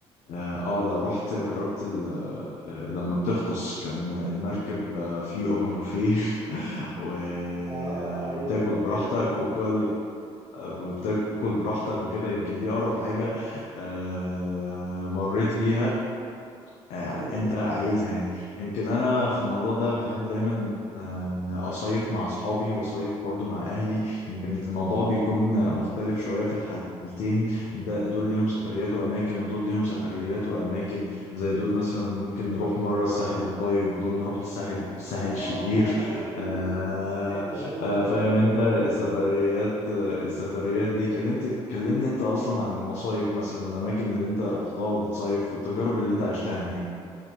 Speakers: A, on the left (about 70°); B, on the right (about 40°).
A: اه آه، لو رحت جربت ال- آه، لما بتغطس كان المركب آه، فيه اوبن بوفيه <laughs> و-
B: اه
A: آه،
B: ايوه
A: وبتاكل براحتك
B: حلو ده
A: وكل وبتاكل براحتك وكده يمكن دي اقرب حاجه آه، مريت بيها آه،
B: حلو جدا
A: انت عايزها
B: والله
A: يعني يمكن انا في الموضوع ده بحب دايما آه، اصيف مع اصحابي واصيف برضو مع اهلي يمكن الموضوع بيكون مختلف شويه في الحالتين ده دول ليهم سفريات واماكن ودول ليهم سفريات واماكن زي دول مثلا ممكن نروح مره الساحل الطيب ودول نروح الساحل الساحل
B: اه
A: الشرير
B: <laughs>
A: آه
B: حلو حلو
A: آه،
B: قوي
A: فاهم
B: بجد
A: انت السفريات آه، السفريات دي كلمت كلمني انت اصلا عن المصايف مثلا الاماكن اللي انت رحتها بتصيف والتجارب اللي انت عشتها هناك